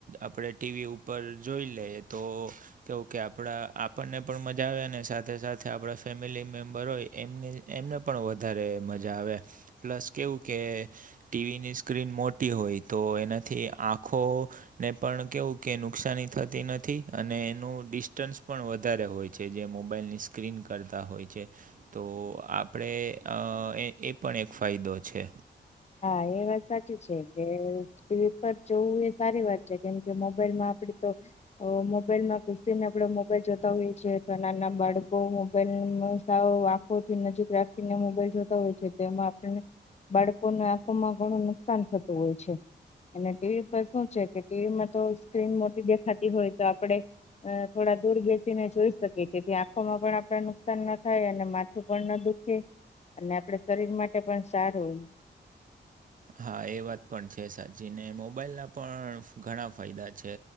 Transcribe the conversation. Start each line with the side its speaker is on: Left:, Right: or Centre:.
Right: આપણે ટીવી ઉપર જોઈ લઈએ તો કેવું કે આપણા આપણને પણ મજા આવે અને સાથે સાથે આપણા ફેમિલી મેમ્બર હોય એમને એમને પણ વધારે મજા આવે પ્લસ કેવું કે ટીવીની સ્ક્રીન મોટી હોય તો એનાથી આંખો ને પણ કેવું કે નુકસાની થતી નથી અને એનું ડિસ્ટન્સ પણ વધારે હોય છે જે મોબાઈલની સ્ક્રીન કરતાં હોય છે તો આપણે અ એ પણ એક ફાયદો છે
Left: હા એ વાત સાચી છે કે ટીવી પર જોવું એ સારી વાત છે કેમ કે મોબાઈલ માં આપડ તો મોબાઈલમાં કુશતીને આપણેે મોબાઈલ જોતા હોઈએ છીએ તો નાના બાળકો મોબાઈલ આંખોથી નજીક રાખીને મોબાઈલ જોતા હોય છે તેમાં આપને બાળક ને આંખોમાં ઘણું નુકસાન થતું હોય છે અને ટીવી પર શું છે કે ટીવીમાં તો સ્ક્રીન મોટી દેખાતી હોય તો આપડે અ થોડા દૂર બેસી ને જોઈ તેથી આંખોમાં પણ આપણા નુકસાન ના થાય અને માથું પણ ના દુખે અને આપણા શરીર માટે પણ સારુંય
Right: હા એ વાત પણ છે સાચી ને મોબાઈલના પણ ઘણા ફાયદા છે